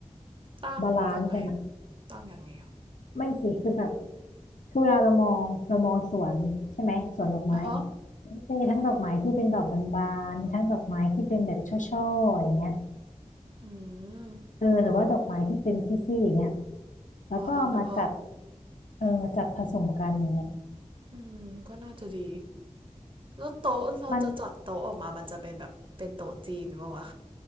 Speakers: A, on the right; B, on the left.
A: ตั้งตั้งไง
B: บาลานซ์กันอะ
A: ตั้งยังไงอะ
B: ไม่สิคือแบบ คือเวลาเรามองเรามองสวนใช่ไหมสวนดอกไม้อะมันจะมีทั้งดอกไม้ที่เป็นดอกบานๆมีทั้งดอกไม้ที่เป็นแบบช่อๆอย่างเงี้ย
A: อ๋อฮะอืม
B: เออหรือว่าดอกไม้ที่เป็นซี่ๆอย่างเงี้ยแล้วก็เอามาจัด
A: อ๋ออ๋อนึกออก
B: เออจัดผสมกันอย่างเงี้ย
A: อืมก็น่าจะดีแล้วโต๊ะเราจะจัดโต๊ะออกมามันจะเป็นแบบเป็นโต๊ะจีนปะวะ
B: มัน